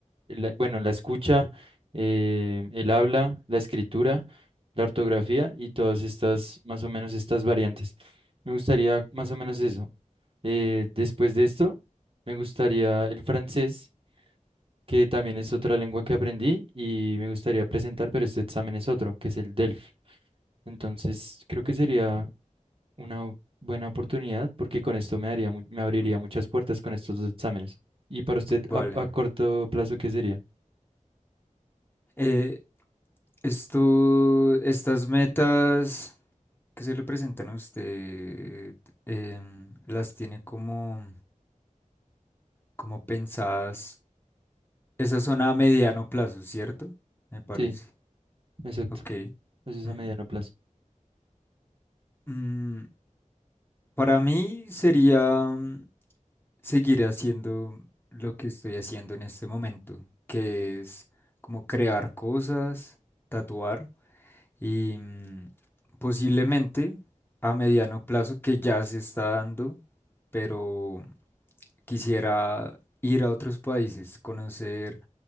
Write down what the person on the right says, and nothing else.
la- bueno, la escucha, eh, el habla, la escritura, la ortografía y todas estas, más o menos estas variantes. Me gustaría más o menos eso. Eh, después de esto, me gustaría el francés, que también es otra lengua que aprendí y me gustaría presentar, pero este examen es otro, que es el DELF. Entonces, creo que sería una buena oportunidad porque con esto me daría, mu- me abriría
muchas puertas con estos dos exámenes. ¿Y para usted
a, a corto plazo qué sería?
Sí, exacto.
Eso es
a mediano plazo.